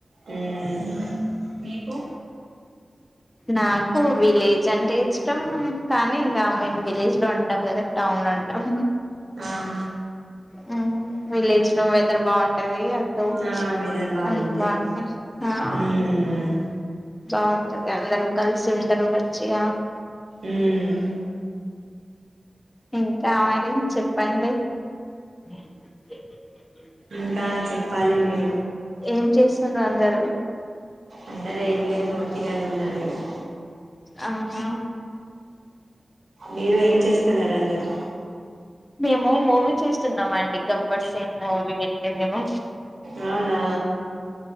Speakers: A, on the right; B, on the left.
A: హ్మ్ మీకు
B: నాకు విలేజ్ అంటే ఇష్టం కానీ ఇంకా మేము విలేజ్ లో ఉంటాం కదా టౌన్ లో ఉంటాం
A: ఆహ
B: హ్మ్ విలేజ్ లో వెదర్ బాగుంటాంది అటు
A: ఆ వెదర్ బాగుంటది
B: అన్ని బాగుంటాయి హ
A: ఉమ్
B: బాగుంటది అందరు కలిసి ఉం సరు వచ్చియా
A: ఉమ్
B: ఇంకామరి ఎం చెప్పండి <inaudible>
A: ఇంకా చెప్పాలి మీరు
B: ఏం చేస్తుంరు అందరూ
A: అందర ఏం లేదు ఓట్టిగానే ఉన్నాము ఇగ
B: అవునా
A: మీరు ఏం చేస్తున్నారందరూ
B: మేము మూవీ చూస్తున్నామండి గబ్బర్ సింగ్ మూవీ పెట్టి మేము
A: అవునా